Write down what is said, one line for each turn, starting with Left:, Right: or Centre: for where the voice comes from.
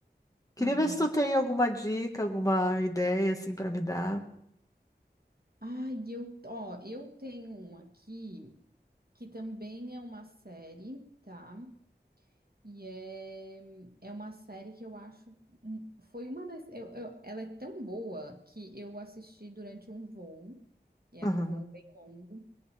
Left: Queria
Right: Uhum.
Left: ver se tu tem alguma dica, alguma ideia assim pra me dar.
Right: Ah, e eu, ó, eu tenho um aqui que também é uma série, tá? E é, é uma série que eu acho, um- foi uma das, eu, eu- ela é tão boa que eu assisti durante um voo, e era
Left: Aham.
Right: um voo bem longo.